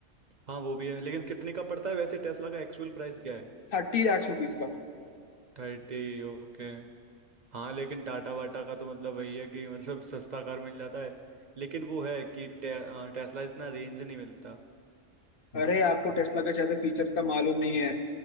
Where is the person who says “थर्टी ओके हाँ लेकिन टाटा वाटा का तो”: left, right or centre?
Right